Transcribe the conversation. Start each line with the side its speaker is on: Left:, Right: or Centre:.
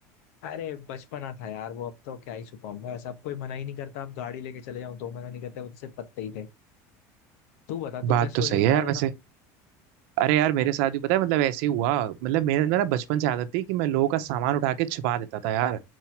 Left: अरे बचपना था यार वो अब तो क्या ही छुपाऊंगा ऐसा अब कोई मना ही नहीं करता अब गाड़ी लेके चले जाऊं तो मना नहीं करते वो तो सिर्फ पत्ते ही थे तू बता तू
Right: बात
Left: क्या स्टोरी
Right: तो सही
Left: बता
Right: है यार
Left: रहा
Right: वैसे
Left: था
Right: अरे यार मेरे साथ भी पता है मतलब ऐसे ही हुआ मतलब मेरे अंदर ना बचपन से आदत थी कि मैं लोगों का सामान उठा के छिपा देता था यार